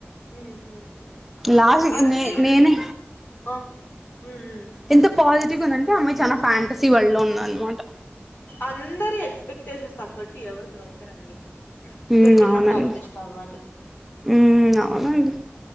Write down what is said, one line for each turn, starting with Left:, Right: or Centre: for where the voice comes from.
Left: ఊహూ
Centre: లాస్ట్ కి
Left: అన్ని
Centre: నే నేనే
Left: ఆ ఉమ్
Centre: ఎంత పాజిటివ్ గా ఉందంటే అమ్మాయి చాలా ఫాంటసీ వరల్డ్ లో ఉందనమాట
Left: అందరి ఎక్స్పెక్టేషన్స్ తగ్గట్టు ఎవరు దొరకరండి
Centre: హు
Left: దొరికిందంతా
Centre: ఔనండి
Left: అడ్జస్ట్ అవ్వాలి
Centre: ఉ ఔనండి